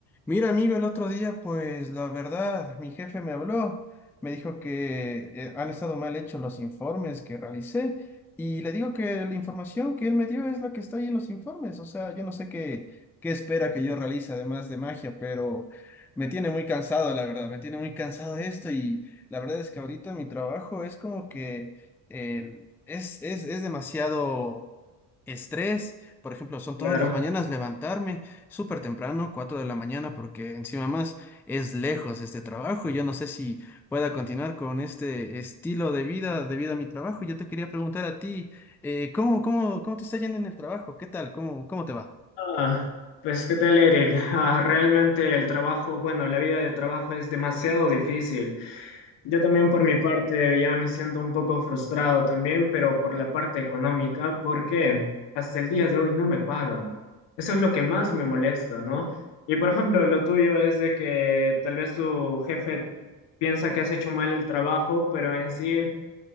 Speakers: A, in the centre; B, on the left.
A: Mira, amigo, el otro día, pues la verdad, mi jefe me habló, me dijo que eh, han estado mal hechos los informes que realicé y le digo que la información que él me dio es la que está ahí en los informes, o sea, yo no sé qué, qué espera que yo realice además de magia, pero me tiene muy cansado, la verdad, me tiene muy cansado esto y la verdad es que ahorita mi trabajo es como que eh, es, es, es demasiado estrés, por ejemplo, son
B: Claro.
A: todas las mañanas levantarme súper temprano, 4 de la mañana, porque encima más es lejos este trabajo y yo no sé si pueda continuar con este estilo de vida debido a mi trabajo. Yo te quería preguntar a ti, eh, ¿cómo, cómo, cómo te está yendo en el trabajo? ¿Qué tal? ¿Cómo, cómo te va?
B: Ah, pues qué tal, Eric. Ah, realmente el trabajo, bueno, la vida de trabajo es demasiado difícil. Yo también por mi parte ya me siento un poco frustrado también, pero por la parte económica, porque hasta el día de hoy no me pagan. Eso es lo que más me molesta, ¿no? Y por ejemplo, lo tuyo es de que tal vez tu jefe piensa que has hecho mal el trabajo, pero en sí...